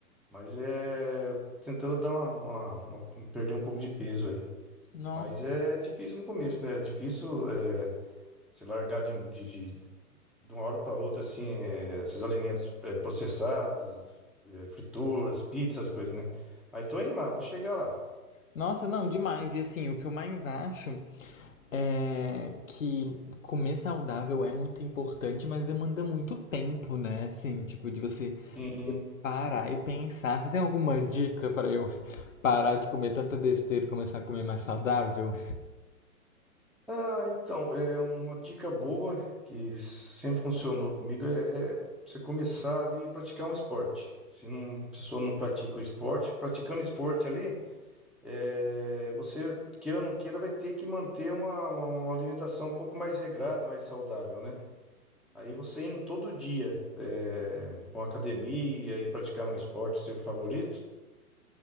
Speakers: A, in the centre; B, on the left.
A: Mas é. Tentando dar uma, uma- uma- perder um pouco de peso aí.
B: Nossa.
A: Mas é difícil no começo, né? É difícil é, se largar de, de, de, de uma hora para outra, assim, é, esses alimentos é, processados, é, frituras, pizzas, essas coisas, né? Mas tô indo lá, vou chegar lá.
B: Nossa, não, demais. E assim, o que eu mais acho é que comer saudável é muito importante, mas demanda muito tempo, né? Assim, tipo, de você
A: Sim.
B: Parar e pensar. Você tem alguma dica para eu <laughs> parar de comer tanta besteira e começar a comer mais saudável?
A: Ah, então, é uma dica boa que sempre funcionou comigo é, é você começar ali e praticar um esporte. Se não, a pessoa não pratica o esporte, praticando esporte ali. É, você, queira ou não queira, vai ter que manter uma, uma- uma alimentação um pouco mais regrada, mais saudável, né? Aí você indo todo dia é, para uma academia e praticar um esporte seu favorito,